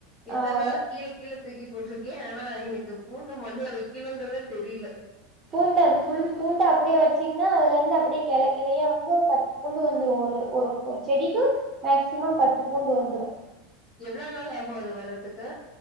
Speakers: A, in the centre; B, on the right.
A: எத்தன்
B: ஆ அத
A: நாளு கீழ கீழ தூக்கி போட்ருக்கே ஆனா எனக்கு பூண்ட மண்ல வக்கிணுங்கற்தே தெரில
B: பூண்டு அது ஃபுல் பூண்டு அப்படியே வச்சீங்னா அதுல இந்து அப்டியே கெள கெளையா வந்து பத் பூண்டு வந்துரு ஒரு ஒருக்கு செடிக்கு மேக்சிமம் பத்து பூண்டு வந்துரு
A: எவ்ளோ நாள் ஆகு அது வர்றத்துக்கு